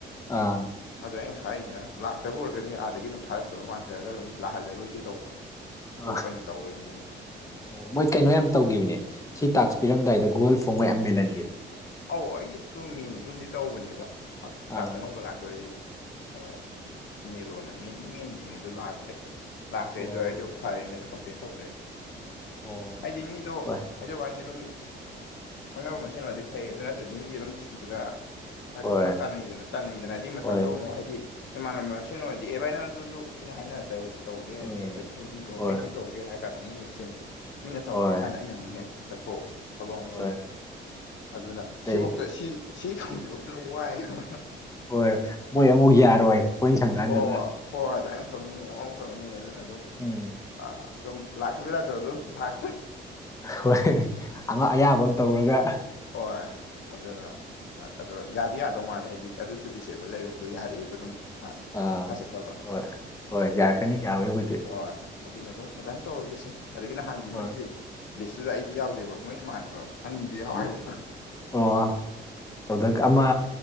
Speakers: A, on the left; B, on the left.
A: ꯑꯥ
B: ꯑꯗ ꯑꯩꯅ ꯍꯥꯏꯔꯤꯗꯤꯅ ꯂꯥꯛꯇꯕ ꯑꯣꯏꯔꯒꯗꯤ ꯑꯥꯗꯒꯤ ꯑꯗꯨꯝ ꯊꯥꯔꯛꯇꯕ ꯃꯥꯟꯖꯔꯒ ꯑꯗꯨꯝ ꯂꯥꯛꯍꯜꯂꯔꯣꯏꯒꯦ ꯇꯧꯕ ꯑꯇꯣꯞꯄ
A: ꯑꯥ
B: ꯑꯣꯏꯅ ꯇꯧꯔꯒꯦꯅ
A: ꯑꯣ ꯃꯣꯏ ꯀꯩꯅꯣ ꯌꯥꯝ ꯇꯧꯒꯤꯕꯅꯦ ꯁꯤ ꯇꯥꯛꯁ ꯄꯤꯔꯝꯗꯥꯏꯗ ꯒꯨꯒꯜ ꯐꯣꯝꯒ ꯌꯥꯝ ꯃꯦꯟꯍꯟꯈꯤꯕꯅꯦ
B: ꯑꯧ ꯑꯩꯒꯤꯗꯨ ꯃꯤꯟꯒꯨꯝꯗꯤ ꯇꯧꯕꯅꯦꯕ
A: ꯑꯥ
B: ꯇꯥꯛꯁ ꯑꯅꯧꯕ ꯂꯥꯛꯇꯣꯔꯤ ꯑ ꯃꯦꯟꯂꯣꯅ ꯃꯦꯟꯗꯤ ꯃꯦꯟꯒꯤꯕꯅꯦ ꯑꯗꯨ ꯂꯥꯛꯇ꯭ꯔꯦ ꯂꯥꯛꯇ꯭ꯔꯦ
A: ꯑꯣ
B: ꯗꯣ ꯑꯩꯖꯨ ꯐꯔꯦꯅꯁꯨ ꯀꯝꯄ꯭ꯂꯦꯟ ꯇꯧꯗ꯭ꯔꯦ
A: ꯑꯣ
B: ꯑꯩꯗꯤ ꯃꯤꯗꯣ
A: ꯍꯣꯏ
B: ꯍꯥꯏꯖꯕꯅꯤ ꯑꯗꯨꯝ ꯈꯪꯅꯕ ꯃꯁꯦꯟ ꯑꯣꯏꯔꯗꯤ ꯐꯩ ꯑꯗꯨ ꯅꯠꯇ꯭ꯔꯗꯤ ꯃꯤꯖꯦ ꯑꯗꯨꯝ ꯊꯤꯕꯗ <unintelligible>
A: ꯍꯣꯏ
B: ꯐꯔꯛ ꯇꯥꯟꯅꯩꯗꯅ ꯇꯥꯟꯅꯩꯗꯅ ꯍꯥꯏꯗꯤ ꯃꯇꯝꯗꯣ
A: ꯍꯣꯏ
B: ꯑꯃꯨꯛ ꯍꯥꯏꯗꯤ ꯏꯃꯥꯟꯅꯕ ꯃꯁꯦꯟ ꯑꯣꯏꯔꯗꯤ ꯑꯦ ꯕꯥꯏ ꯅꯪ ꯑꯗꯨꯗꯨ ꯑꯗꯨꯝ ꯍꯥꯏꯅ ꯇꯧ ꯇꯧꯕ ꯌꯥꯏ ꯑꯗꯨ
A: ꯎꯝ
B: ꯅꯠꯇꯗꯤ ꯁꯨꯝ ꯃꯤꯗꯣ
A: ꯍꯣꯏ
B: ꯑꯩꯅ ꯇꯧꯒꯦ ꯍꯥꯏꯔ ꯀꯥꯟꯗ ꯑꯃꯨꯛ ꯍꯦꯛ ꯆꯤꯟ ꯃꯤꯅ ꯇꯧꯔꯒꯦ
A: ꯍꯣꯏ
B: ꯍꯥꯏꯔ ꯀꯥꯟꯗ ꯑꯩꯅ ꯑꯃꯨꯛ ꯍꯦꯛ ꯆꯠꯊꯣꯛ ꯊꯕꯛ ꯑꯃꯨꯛ
A: ꯍꯣꯏ
B: ꯆꯤꯟ ꯑꯗꯨꯅ
A: ꯑꯇꯩ
B: ꯁꯤꯕꯧꯗ ꯁꯤ ꯁꯤ ꯈꯨꯝꯕꯖꯤꯕꯧꯇ ꯑꯗꯨꯝ ꯋꯥꯏꯑꯦꯕ
A: ꯍꯣꯏ ꯃꯣꯏ ꯑꯃꯨꯛ ꯌꯥꯔꯣꯏ ꯑꯩꯈꯣꯏ ꯁꯪꯉꯀꯥꯟꯗꯅ
B: ꯍꯣꯏ ꯍꯣꯏ ꯑꯗꯨꯗꯥꯃꯥꯏ ꯇꯧꯅꯤ ꯑꯃꯃꯨꯛ ꯇꯧꯅꯤ ꯑꯗꯨꯅ ꯑꯗꯨꯝ
A: ꯎꯝ
B: ꯑ ꯑꯗꯨꯝ ꯂꯥꯛꯇꯕꯩ ꯂꯥꯛꯇꯕ ꯑꯗꯨ ꯂꯥꯛ
A: ꯍꯣꯏ ꯑꯌꯥꯝꯕ ꯑꯃ ꯇꯧꯔꯒ
B: ꯍ ꯑꯗꯨꯗꯅ ꯑꯗꯣ ꯌꯥꯗꯤ ꯌꯥꯗꯧ ꯃꯥꯜꯂꯦ ꯍꯥꯏꯗꯤ ꯑꯗꯨꯁꯨ ꯗꯤꯁꯑꯦꯕꯜ ꯂꯩꯔꯨꯕꯗꯣ ꯌꯥꯔꯛꯏꯕ ꯑꯗꯨꯝ ꯑ
A: ꯑꯥ
B: ꯃꯈꯥ ꯆꯠꯊꯕ
A: ꯍꯣꯏ ꯍꯣꯏ ꯌꯥꯔꯛꯀꯅꯤ ꯌꯥꯕꯒꯤꯕꯨꯗꯤ
B: ꯑꯣ ꯑꯗꯨꯅ ꯑꯗꯨꯝ ꯑꯗꯨꯃꯥꯏꯅ ꯇꯧꯔꯒꯦ ꯁꯤ ꯑꯗꯒꯤ ꯅꯍꯥꯟꯒꯤ
A: ꯍꯣꯏ
B: ꯃꯣꯏꯒꯤ ꯂꯤꯁꯇꯨꯗ ꯑꯩꯗꯤ ꯌꯥꯎꯗꯦꯕ ꯃꯣꯏ ꯏꯃꯥꯟꯅꯕ ꯑꯅꯤꯗꯤ ꯌꯥꯎ ꯍꯥꯏꯕ
A: ꯑꯣ ꯇꯧꯗꯛ ꯑꯃ